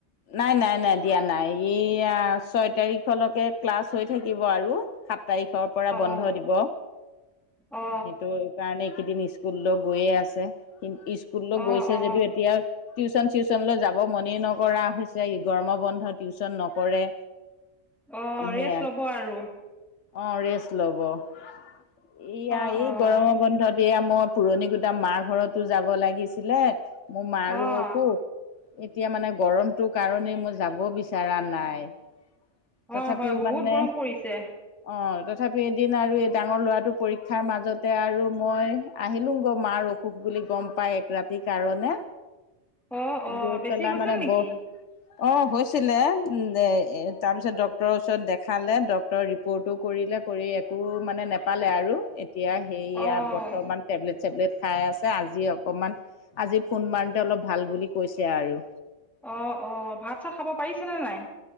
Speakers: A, on the left (about 75°); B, in the centre.
A: নাই নাই নাই দিয়া নাই ইয়া ছয় তাৰিখলৈকে ক্লাছ হৈ থাকিব আৰু সাত তাৰিখৰ পৰা বন্ধ
B: অ
A: দিব
B: অ
A: সেইটো কাৰণে এইকেইদিন স্কুললৈ গৈয়ে আছে কিন্ত স্কুললৈ
B: অ
A: গৈছে
B: অ
A: যদিও এতিয়া টিউশন চিউচনলৈ যাব মনে নকৰা হৈছে ই গৰমৰ বন্ধত টিউচন নকৰে
B: অ',
A: সেয়া
B: ৰেষ্ট ল'ব আৰু
A: অ', ৰেষ্ট লব, এইয়া
B: অ',
A: এই
B: অ',
A: গৰমৰ বন্ধত এয়া মই পুৰণি গুদাম মাৰ ঘৰতো যাব লাগিছিলে মোৰ মাৰো
B: অ',
A: অসুষ এতিয়া মানে গৰমটো কাৰণেই মই যাব বিচৰা নাই। তথাপিও
B: হয় হয় বহুত
A: মানে
B: গৰম পৰিছে।
A: অ', তথাপিও এদিন আৰু এই ডাঙৰ ল'ৰাটোৰ পৰীক্ষাৰ মাজতে আৰু মই আহিলো গৈ মাৰ অসুখ বুলি গম পাই এক ৰাতিৰ কাৰণে
B: অ', অ',
A: গৈ
B: বেছি
A: পেলাই
B: হৈছিল
A: মানে
B: নেকি?
A: ব অ', হৈছিলে উম এ তাৰপিছত ডক্টৰৰ ওচৰত দেখালে ডক্তৰে ৰিপৰ্টো কৰিলে কৰি একো মানে নেপালে আৰু এতিয়া সেইয়া
B: অ',
A: বৰ্তমান টেবলেট চেবলেট খাই আছে আজি অকমান আজি ফোন মাৰোতে অলপ ভাল বুলি কৈছে আৰু।
B: অ', অ', ভাত চাত খাব পাৰিছেনে নাই?